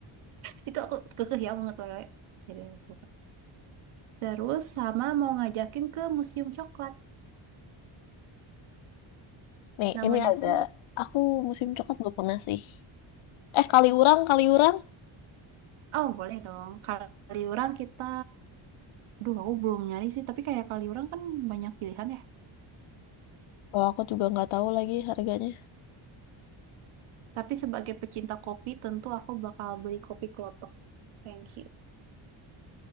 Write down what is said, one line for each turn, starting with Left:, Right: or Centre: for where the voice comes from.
Right: <laughs> Itu aku kekeh ya mangut lele. Jadi aku lupa. Terus sama mau ngajakin ke Museum Coklat.
Left: Nih,
Right: Namanya
Left: ini ada.
Right: tuh
Left: Aku musim coklat belum pernah sih. Eh, Kaliurang, Kaliurang.
Right: Oh, boleh dong. Kaliurang kita, aduh aku belum nyari sih, tapi kayak Kaliurang kan banyak pilihan ya.
Left: Oh, aku juga nggak tahu lagi harganya.
Right: Tapi sebagai pecinta kopi, tentu aku bakal beli kopi klotok. Thank you.